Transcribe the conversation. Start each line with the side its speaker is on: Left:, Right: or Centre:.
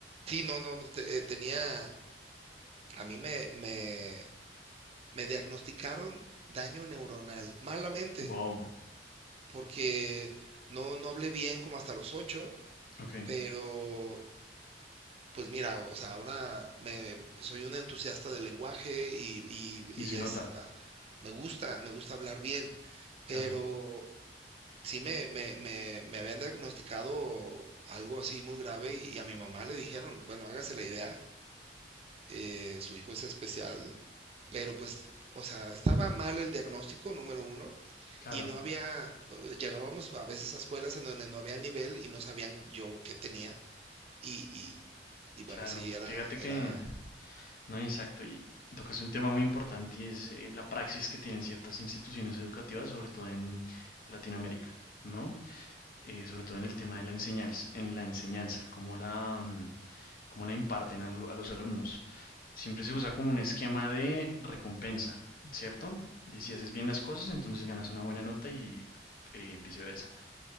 Right: sí, no, no, te- eh, tenía, a mí me, me, me diagnosticaron daño neuronal, malamente,
Left: wow,
Right: porque no, no hablé bien como hasta los ocho,
Left: ok,
Right: pero pues mira, o sea, ahora me, soy un entusiasta del lenguaje y, y-
Left: y se
Right: y
Left: nota,
Right: es, ah, me gusta, me gusta hablar bien, pero
Left: claro,
Right: sí me, me, me, me habían diagnosticado algo así muy grave y, y a mi mamá le dijeron, bueno, hágase la idea, eh, su hijo es especial, pero pues, o sea, estaba mal el diagnóstico, número uno,
Left: claro,
Right: Y no había, llegábamos a veces a escuelas en donde no había el nivel y no sabían yo qué tenía. Y, y, y bueno,
Left: claro.
Right: sí, era,
Left: Fíjate que
Right: era,
Left: No, exacto. Y tocas un tema muy importante y es eh, la praxis que tienen ciertas instituciones educativas, sobre todo en Latinoamérica, ¿no? Eh, sobre todo en el tema de la enseñanza, en la enseñanza, cómo la, mm, cómo la imparten a, lo- a los alumnos. Siempre se usa como un esquema de recompensa, ¿cierto? De si haces bien las cosas, entonces ganas una buena nota y eh, viceversa.